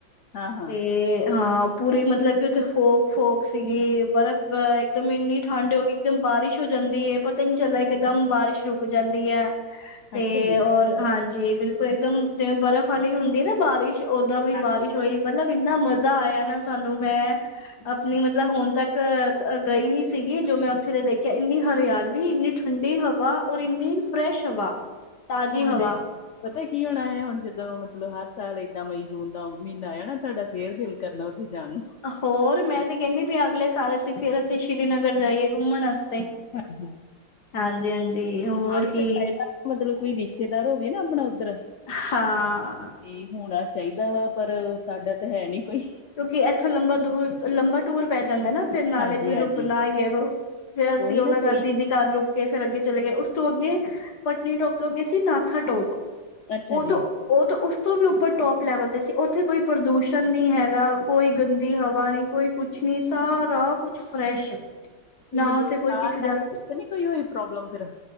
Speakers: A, on the left; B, on the left.
A: ਹਾਂ, ਹਾਂ
B: ਤੇ ਹਾਂ। ਪੂਰੀ ਮਤਲਬ ਕਿ ਉਥੇ ਫੋਕ-ਫੋਕ ਸੀਗੀ ਬਰਫ਼ ਇੱਕਦਮ ਇੰਨੀ ਠੰਡ ਹੋ ਗਈ ਇੱਕਦਮ ਬਾਰਿਸ਼ ਹੋ ਜਾਂਦੀ ਹੈ। ਪਤਾ ਹੀ ਨਹੀਂ ਚੱਲਦਾ ਇੱਕ ਇਕਦਮ ਬਾਰਿਸ਼ ਰੁਕ ਜਾਂਦੀ ਹੈ। ਤੇ
A: ਅੱਛਾ ਜੀ,
B: ਰ ਹਾਂਜੀ ਬਿਲਕੁਲ ਇੱਕਦਮ ਜਿਵੇਂ ਬਰਫ਼ ਵਾਲੀ ਹੁੰਦੀ ਨਾ ਬਾਰਿਸ਼, ਓਦਾਂ ਵੀ
A: ਹਾਂਜੀ।
B: ਬਾਰਿਸ਼ ਤੇ ਓਈ ਮਤਲਬ ਇੰਨਾ ਮਜ਼ਾ ਆਇਆ ਨਾ, ਸਾਨੂੰ ਮੈਂ ਅਪਨੀ ਮਤਲਬ ਹੁਣ ਤੱਕ ਗਈ ਨੀ ਸੀਗੀ, ਜੋ ਮੈਂ ਉਥੇ ਦੇ ਦੇਖਿਆ, ਇੰਨੀ ਹਰਿਆਲੀ ਇੰਨੀ ਠੰਡੀ ਹਵਾ ਔਰ ਇੰਨੀ ਫਰੈਸ਼ ਹਵਾ, ਤਾਜੀ
A: ਹੁਣ
B: ਹਵਾ।
A: ਦੇਖ ਪਤਾ ਕੀ ਹੋਣਾ ਐ ਹੁਣ, ਜਦੋਂ ਮਤਲਬ ਹਾਰ ਸਾਲ ਏਦਾਂ ਮਈ ਜੂਨ ਦਾ ਮਹੀਨਾ ਆ ਜਾਣਾ, ਤੁਆਡਾ ਫੇਰ ਦਿਲ ਕਰਨਾ ਉਥੇ ਜਾਣ ਨੂੰ।
B: ਹੋਰ ਮੈਂ ਤੇ ਕਹਿੰਨੀ ਪਈਆਂ, ਅਗਲੇ ਸਾਲ ਅਸੀ ਫੇਰ ਓਥੇ ਸ਼੍ਰੀਨਗਰ ਜਾਈਏ ਘੁੰਮਣ ਵਾਸਤੇ।
A: ਹਾਂਜੀ।
B: ਹਾਂਜੀ, ਹਾਂਜੀ ਹੋਰ
A: ਆਹੀ
B: ਕੀ।
A: ਤੇ ਫਾਇਦਾ ਮਤਲਬ ਕੋਈ ਰਿਸ਼ਤੇਦਾਰ ਹੋਵੇ ਨਾ ਅਪਣਾ ਉਧੱਰ
B: ਹਾਂ।
A: ਜੀ ਹੋਣਾ ਚਾਹੀਦਾ ਵਾ, ਪਰ ਸਾਡਾ ਤਾਂ ਹੈ ਨੀ ਕੋਈ।
B: ਕਿ ਏਥੋਂ ਲੰਬਾ ਦੂਰ, ਲੰਬਾ ਟੂਰ ਪੈ ਜਾਂਦਾ ਨਾ ਫੇਰ ਨਾਲੇ
A: ਹਾਂਜੀ-ਹਾਂਜੀ
B: ਕੋਈ ਰੁਕਣਾ ਹੈ ਵਾ, ਫੇਰ ਅਸੀਂ
A: ਉਹੀ
B: ਉਹਨਾਂ
A: ਨਾ
B: ਘਰ
A: ਕੋਈ
B: ਦੀਦੀ ਘਰ ਰੁਕ ਕੇ ਫਿਰ ਅੱਗੇ ਚਲੇ ਗਏ, ਉਸ ਤੋਂ ਅੱਗੇ, ਪਨੀ ਟੋਪ ਤੋਂ ਅੱਗੇ ਸੀ ਨਾਥਾ ਟੋਪ
A: ਅੱਛਾ
B: ਉਹ
A: ਜੀ।
B: ਤੋਂ ਉਹ ਤਾਂ ਉਸ ਤੋਂ ਵੀ ਉੱਪਰ ਟੋਪ ਲੈਵਲ ਤੇ ਸੀ, ਉੱਥੇ ਕੋਈ ਪ੍ਰਦੂਸ਼ਣ ਨਹੀਂ ਹੈਗਾ। ਕੋਈ ਗੰਦੀ ਹਵਾ ਨੀ, ਕੋਈ ਕੁਛ ਨੀ, ਸਾਰਾ ਕੁਛ ਫਰੈਸ਼
A: ਤੇ
B: ਨਾ
A: ਮਤਲਬ
B: ਉੱਥੇ ਕੋਈ
A: ਸਾਹ
B: ਕਿਸੇ
A: ਲੈਣ
B: ਦਾ,
A: ਵਿੱਚ ਤਾਂ ਨੀ ਕੋਈ ਹੋਈ ਪ੍ਰੋਬਲਮ ਫਿਰ